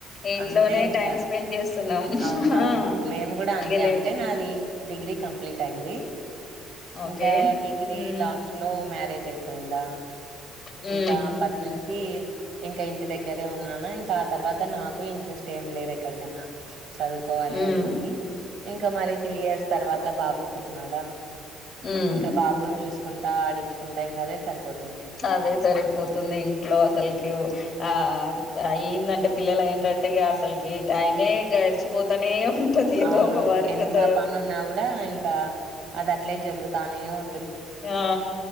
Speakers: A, on the left; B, on the right.
A: ఇంట్లోనే
B: అంతే ఇంకా
A: టైం స్పెండ్ చేస్తున్నాం
B: అవునవును
A: ఆ
B: మేము కూడా అంతే
A: ఇగ లేట్
B: అంతే నాది డిగ్రీ కంప్లీట్ అయింది
A: ఓకే
B: ఇంకా డిగ్రీ
A: మ్మ్
B: లాస్ట్ లో మ్యారేజ్ అయిపోయిందా
A: మ్మ్
B: ఇంక అప్పటి నుంచి ఇంకా ఇంటి దగ్గరే ఉన్నానా ఇంకా ఆ తర్వాత నాకు ఇంట్రెస్ట్ ఏం లేదు ఎక్కడికన్నా చదువుకోవాలి
A: మ్మ్
B: అట్లాని ఇంకా మరి త్రీ ఇయర్స్ తర్వాత బాబు పుట్టిన్నాడా
A: మ్మ్
B: ఇంకా బాబుని చూసుకుంటా ఆడించుకుంటా ఇంకదే సరిపోతుంది
A: అదే సరిపోతుంది ఇంట్లో అసలుకి ఆ ఏందంటే పిల్లలు అయిన్రు అట్టే అసలుకి ఈ టైమే గడిచిపోతానే ఉంటది ఏదో
B: అవును
A: ఒక వర్క్
B: ఎంత
A: తో
B: పనున్నా గూడా ఇంకా అది అట్లే జరుగుతానే ఉం
A: అ